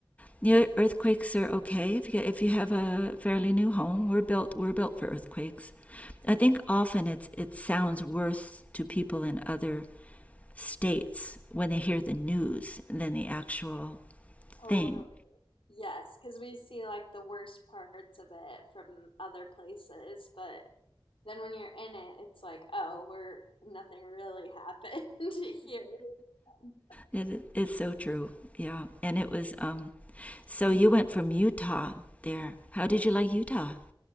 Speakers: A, on the left; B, on the left.
A: New earthquakes are okay if you get, if you have a fairly new home. We're built we're built for earthquakes. I
B: Yeah,
A: think often it's it sounds worse to people in other states when they hear the news than the actual
B: totally.
A: thing.
B: Yes, because we see like the worst parts of it from other places, but then when you're in it, it's like, oh, we're nothing really happened <laughs> here. Um,
A: It, it's so true. Yeah, and it was um. So you went from Utah there. How did you like Utah?